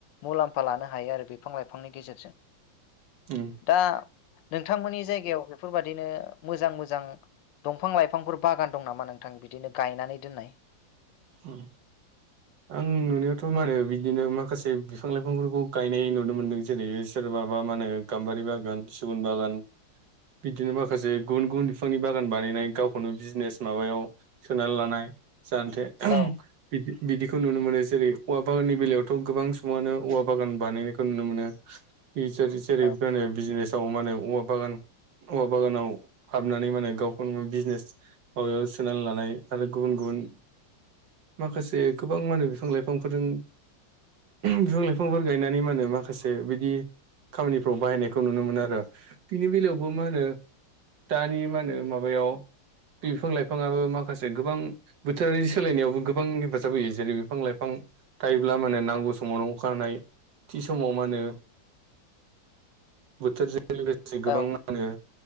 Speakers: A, on the left; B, on the right.
A: मुलाम्फा लानो हायो आरो बिफां लाइफांनि गेजेरजों।
B: उम
A: दा नोंथांमोननि जायगायाव बेफोरबादिनो मोजां मोजां दंफां लाइफांफोर बागान दं नामा नोंथां बिदिनो गायनानै दोननाय?
B: उम आं नुनायावथ' मानो बिदिनो माखासे बिफां लाइफांफोरखौ गायनाय नुनो मोनदों जेरैहै सोर बाबा मानो गाम्बारि बागान सिगुन बागान बिदिनो माखासे गुबुन गुबुन बिफांनि बागान बानायनाय गावखौनो बिजनेस माबायाव सोनानै लानाय। जाहान्थे
A: औ
B: बिदि बिदिखौ नुनो मोनो जेरै औवा बागाननि बेलायावथ' गोबां समानो औवा बागान बानायनायखौ नुनो मोनो। बि सोर-सोर जेरै
A: औ
B: माहोनो बिजनेसाव मानो औवा बागान औवा बागानाव हाबनानै माने गावखौनो बिजनेस माबायाव सोनानै लानाय आरो गुबुन गुबुन माखासे गोबां मा होनो बिफां लाइफांफोरजों बिफां लाइफांफोर गायनानै मा होनो माखासे बिदि खामानिफ्राव बाहायनायखौ नुनो मोनो आरो बिनि बेलायावबो मा होनो दानि मा होनो माबायाव बिफां लाइफांआबो माखासे गोबां बोथोरारि सोलायनायावबो गोबां हेफाजाब होयो जेरै बिफां लाइफां थायोब्ला माने नांगौ समावनो अखा हानाय‌ थि समाव मा होनो बोथोरजों लोगोसे गोबां
A: औ
B: मा होनो